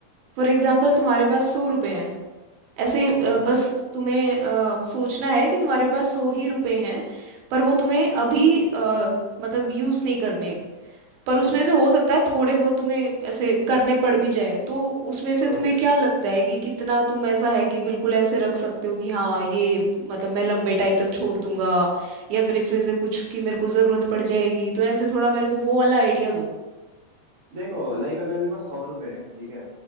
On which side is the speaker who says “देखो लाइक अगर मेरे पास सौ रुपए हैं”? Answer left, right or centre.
Right